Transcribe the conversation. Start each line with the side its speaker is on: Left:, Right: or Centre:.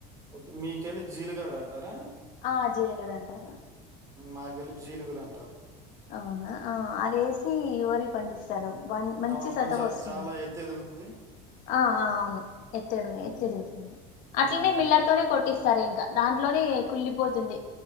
Right: ఓకే మీకెళ్ళ జీలుగార అంటారా
Left: ఆ జీలుగర అంటం
Right: మాకెల్లి జీలుగులు అంటారు
Left: అవునా ఆ అది వేసి వరి పండిస్తారు బన్ మంచి
Right: అవును
Left: సతవ
Right: మనిషి అది
Left: వస్తుంది
Right: చాలా ఎత్తు ఎదుగుతది
Left: ఆ ఆ అవును ఎత్తు
Right: హ్మ్.
Left: ఎదుగుతది
Right: హ్మ్.
Left: అట్లనే మిల్లర్తోనే కొట్స్త సరే ఇంకా దాంట్లోనే కుళ్ళిపోతుంది